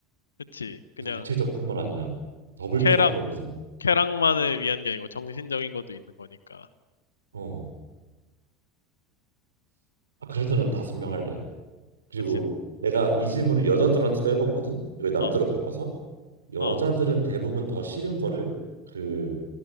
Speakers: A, on the left; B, on the right.
A: 그치. 그냥
B: 육체적뿐만 아니라 더블
A: 쾌락,
B: 프라브롬이잖아.
A: 쾌락만을 위한 게 아니고 정신적인 것도 있는 거니까.
B: 어, 아, 그래도 난 다섯 명 할래. 그리고
A: 그치.
B: 내가 이 질문을 여자들한테도 해봤거든. 이걸 남자로
A: 어,
B: 바꿔서 여자들은
A: 어,
B: 대부분 더 싫은 거를 그